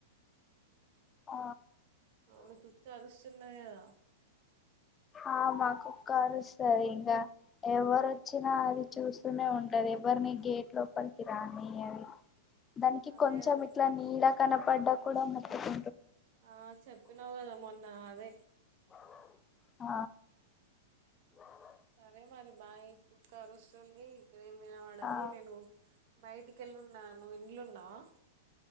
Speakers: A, on the left; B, on the right.
A: ఆ
B: ఆ మీ కుక్క అరుస్తున్నదిగద
A: ఆ మా కుక్క అరుస్తది ఇంగ ఎవరు వచ్చినా అది చూస్తూనే ఉంటది ఎవరిని గేట్ లో లోపలికి రానియ్యది దానికి
B: అదే
A: కొంచెం
B: అదే
A: ఇట్ల నీడ కనప పడ్డ కూడ మొత్తుకు
B: ఆ చెప్పినావ్ గదా మొన్న అదే
A: ఆ
B: సరే మరి బాయ్ కుక్క అరుస్తుంది ఇక్కడ ఏం వినపడది
A: ఆ
B: నేను బయటికెళ్ళున్నా నువ్వు ఇంట్లా ఉన్నావా